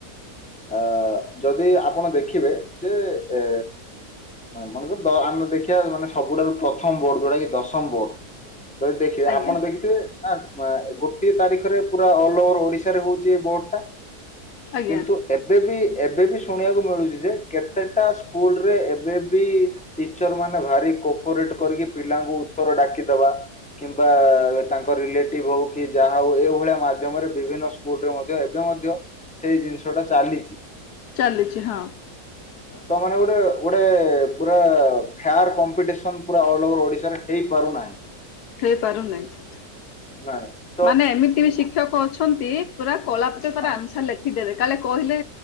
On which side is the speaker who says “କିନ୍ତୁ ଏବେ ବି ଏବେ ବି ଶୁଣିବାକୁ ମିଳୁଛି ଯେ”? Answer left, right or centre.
Centre